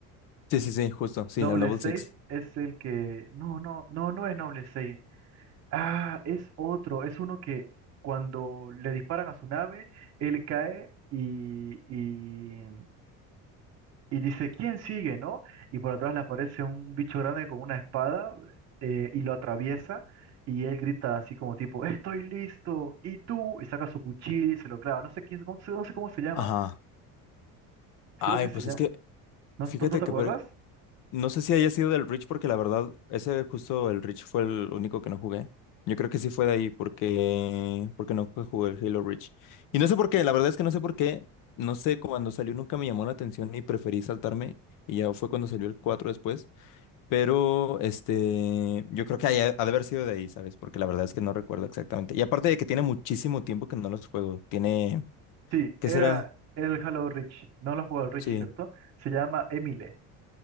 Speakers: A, on the left; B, on the right.
A: Sí, sí, sí, justo, sí,
B: Noble
A: el Noble
B: 6
A: Six.
B: es el que, no, no, no, no es Noble 6. Ah, es otro, es uno que cuando le disparan a su nave, él cae y, y, y dice, ¿quién sigue, no? Y por atrás le aparece un bicho grande con una espada eh, y lo atraviesa y él grita así como tipo, estoy listo, ¿y tú? Y saca su cuchillo y se lo clava, no sé quién, no sé, no sé cómo se llama,
A: Ajá.
B: creo
A: Ay,
B: que se
A: pues
B: llama,
A: es que,
B: ¿no,
A: fíjate
B: no- no te
A: que
B: acuerdas?
A: por, No sé si haya sido del Reach porque la verdad, ese justo el Reach fue el único que no jugué. Yo creo que sí fue de ahí porque, porque no jugué el Halo Reach. Y no sé por qué, la verdad es que no sé por qué. No sé, cuando salió nunca me llamó la atención y preferí saltarme. Y ya fue cuando salió el 4 después. Pero este, yo creo que haya- ha de haber sido de ahí, ¿sabes? Porque la verdad es que no recuerdo exactamente. Y aparte de que tiene muchísimo tiempo que no los juego. Tiene,
B: Sí,
A: ¿qué
B: era,
A: será?
B: era el Halo Reach, no lo jugó el Reach,
A: Sí.
B: ¿cierto? Se llama Emile,